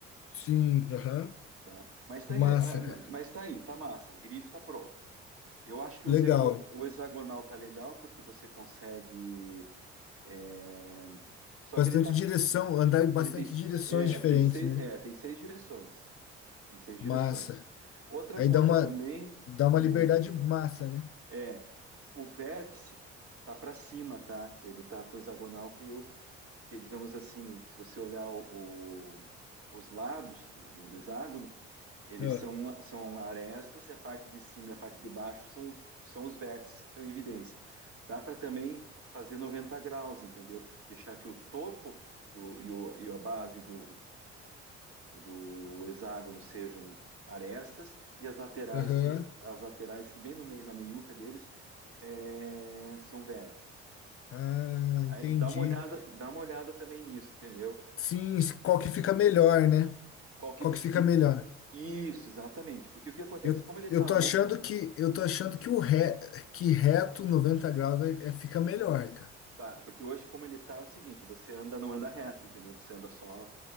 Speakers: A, on the left (about 45°); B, on the right (about 45°).
A: Sim, aham.
B: Tá. Mas tá,
A: Massa,
B: aí, ah, mas
A: cara.
B: tá aí, tá massa. O grid tá pronto. Eu acho que
A: Legal.
B: o, ze- o- o hexagonal tá legal porque você consegue. é, Só
A: Bastante
B: que ele tá.
A: direção, andar em bastante
B: Ele tem,
A: direções
B: é,
A: diferentes,
B: tem seis,
A: né?
B: é, tem seis direções. Tem seis
A: Massa.
B: direções. Outra
A: Aí
B: coisa
A: dá uma
B: também
A: dá
B: que
A: uma
B: eu não.
A: liberdade massa, né?
B: É, o vértice tá para cima, tá? Ele tá com o hexagonal que o que digamos assim, se você olhar o, o- os lados do, do- do hexágono, eles
A: Ah,
B: são são arestas e a parte de cima e a parte de baixo são os- são os vértices que estão em evidência. Dá para também fazer 90 graus, entendeu? Deixar que o topo do, e, o, e a base do o do hexágono sejam arestas e as laterais,
A: Aham.
B: se, as laterais, se bem no meio, na meiuca deles, é, são vértices.
A: Ah, entendi.
B: Aí, dá uma olhada, dá uma olhada também nisso, entendeu?
A: Sim, qual que fica melhor, né?
B: Qual que
A: Qual
B: você
A: que fica
B: fica...
A: melhor?
B: Isso, exatamente. Porque o que acontece?
A: Eu,
B: Como ele está
A: eu tô
B: hoje,
A: achando que eu tô achando que o re, que reto 90 graus vai, é, fica melhor, cara.
B: tá, porque hoje como ele está é o seguinte, você anda, não anda reto, entendeu? Você anda só